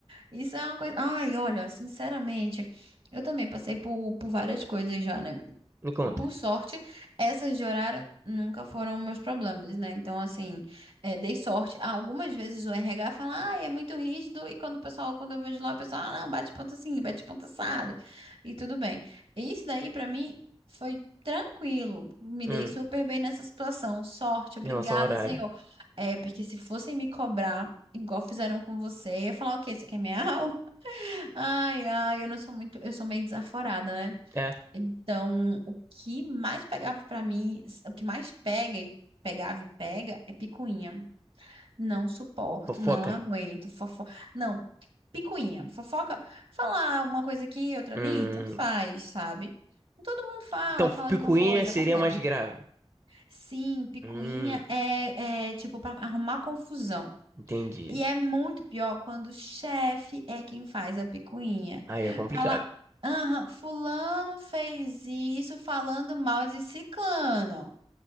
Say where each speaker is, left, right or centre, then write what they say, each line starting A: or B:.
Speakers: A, on the right (about 65°); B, on the right (about 30°).
A: Isso é uma coisa. Ai, olha, sinceramente. Eu também passei por, por várias coisas já, né?
B: Me conta.
A: Por sorte, essas de horário nunca foram meus problemas, né? Então, assim, é, dei sorte. Ah, algumas vezes o RH fala, ah, é muito rígido, e quando o pessoal, quando eu vejo lá, o pessoal, ah, não, bate ponta assim, bate ponta assada, e tudo bem. E isso daí, pra mim, foi tranquilo. Me
B: Hum,
A: dei super bem nessa situação. Sorte, obrigada,
B: em relação ao horário.
A: senhor. É, porque se fossem me cobrar, igual fizeram com você, eu ia falar, o quê? Você quer minha <laughs> alma? Ai, ai, eu não sou muito, eu sou meio desaforada, né?
B: É,
A: Então, o que mais pegava pra mim, o que mais pega e pegava e pega é picuinha. Não suporto,
B: fofoca.
A: não aguento, fofoca. Não, picuinha, fofoca, falar uma coisa aqui, outra
B: Hum,
A: ali, tanto faz, sabe? Todo mundo fala,
B: então,
A: fala
B: picuinha
A: de uma coisa,
B: seria
A: acontece.
B: mais grave.
A: Sim, picuinha
B: Hum,
A: é, é tipo pra arrumar confusão.
B: entendi.
A: E é muito pior quando o chefe é quem faz a picuinha.
B: Aí é complicado.
A: Fala, aham, fulano fez isso falando mal de ciclano.